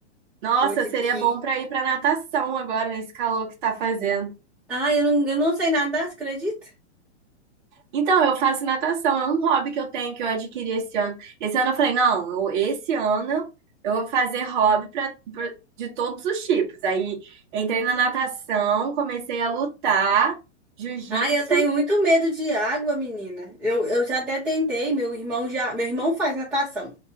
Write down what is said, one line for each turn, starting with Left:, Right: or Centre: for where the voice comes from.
Right: Nossa,
Centre: Hoje
Right: seria
Centre: aqui.
Right: bom pra ir pra natação agora, nesse calor que tá fazendo.
Centre: Ah, eu não, eu não sei nadar, você acredita?
Right: Então, eu faço natação, é um hobby que eu tenho que eu adquiri esse ano. Esse ano eu falei, não, eu- esse ano eu vou fazer hobby pra, pra- de todos os tipos. Aí entrei na natação, comecei a lutar, jiu-jitsu,
Centre: Ah, eu tenho muito medo de água, menina. Eu, eu já até tentei, meu irmão já. Meu irmão faz natação.